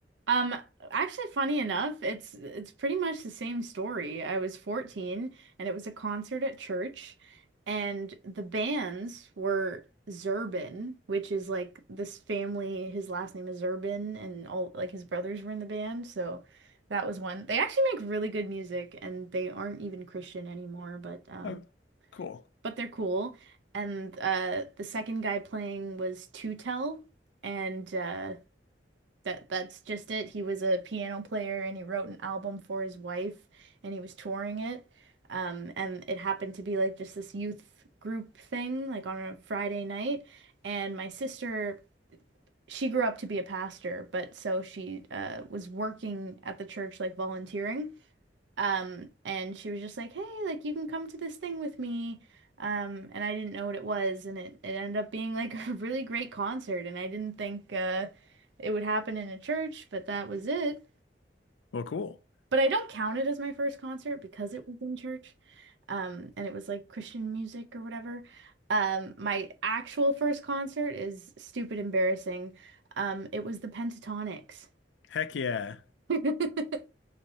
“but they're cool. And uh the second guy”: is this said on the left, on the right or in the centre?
Right